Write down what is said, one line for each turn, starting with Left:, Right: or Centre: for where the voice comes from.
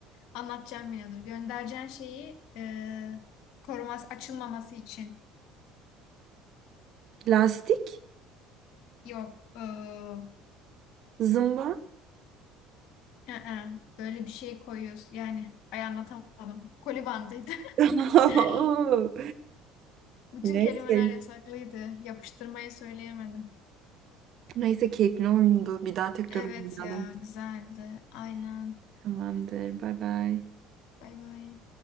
Left: Anlatacağım yine dur. Göndereceğim şeyi e, koruması açılmaması için.
Right: Lastik,
Left: Yok. ee,
Right: zımba.
Left: ı-ı, böyle bir şey koyuyoruz. Yani ay anlatamadım. Kolibandıydı.
Right: <laughs>
Left: <laughs>
Right: Oo,
Left: Bütün
Right: Neyse.
Left: kelimeler yasaklıydı. Yapıştırmayı söyleyemedim.
Right: Neyse keyifli oyundu. Bir daha tekrar
Left: Evet
Right: oynayalım.
Left: ya güzeldi. Aynen.
Right: Tamamdır. Bay bay.
Left: Bay bay.